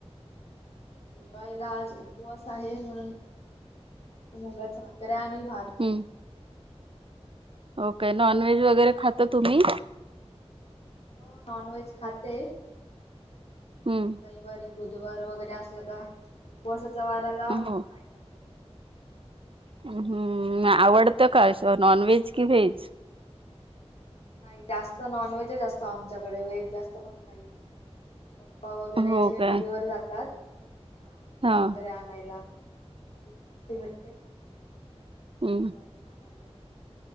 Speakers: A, on the left; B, on the right.
A: जेवायला आज उपवास आहे म्हणून <unintelligible> <unintelligible> आणि भात.
B: हम्म ओके नॉनव्हेज वगैरे खाता तुम्ही?
A: हो नॉनव्हेज खाते
B: हम्म
A: रविवारी बुधवार वगैरे असलं का, उपवासात जवाराला,
B: हो
A: नाही खात <inaudible>
B: हम्म आवडतं काय असं नॉनव्हेज की व्हेज?
A: नाही जास्त नॉनव्हेज जास्त आमच्याकडे, व्हेज जास्त कोण खात नाही. पप्पा वगैरे
B: हो
A: अशे नदीवर
B: काय
A: जातात हां मच्छी
B: हा
A: वगैरे आणायला <unintelligible> <unintelligible> मग
B: हम्म
A: जातात आणायला.